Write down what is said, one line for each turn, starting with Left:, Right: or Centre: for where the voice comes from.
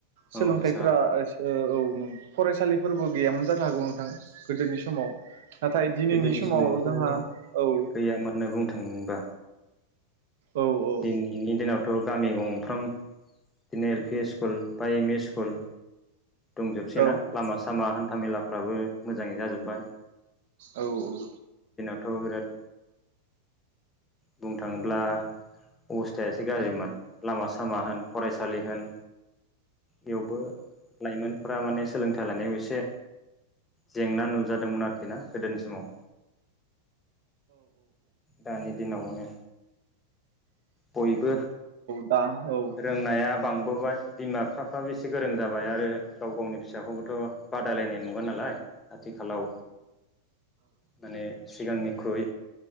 Right: सोलोंथाइफोरा
Left: औ गोसा
Right: औ नों फरायसालिफोरबो गैयामोन <unintelligible> जानो हागौ नोंथां गोदोनि समाव नाथाय दिनैनि
Left: गोदोनि
Right: समाव
Left: समावथ'
Right: जोंहा औ
Left: गैयामोननो बुंनो थांबा
Right: औ औ
Left: दिनैनि दिनावथ' गामि गंफ्राम the L P school primary school दंजोबसै
Right: औ दा औ
Left: नना लामा सामा हान्था मेलाफ्राबो मोजाङै जाजोब्बाय।
Right: औ औ
Left: थ' बिराद बुंनो थाङोब्ला अबस्थाया एसे गाज्रिमोन लामा सामा होन फरायसालि होन बेवबो लाइमोनफोरा माने सोलोंथाइ लानायाव एसे जेंना नुजादोंमोन आरखि ना गोदोनि समाव दानि दिनाव माने बयबो
Right: दा औ
Left: रोंनाया बांबोबाय बिमा बिफाफ्राबो एसे गोरों जाबाय आरो गाव गावनि फिसाखौबोथ' बादायलायनाय मुगा नालाय आथिखालाव माने सिगांनिख्रुइ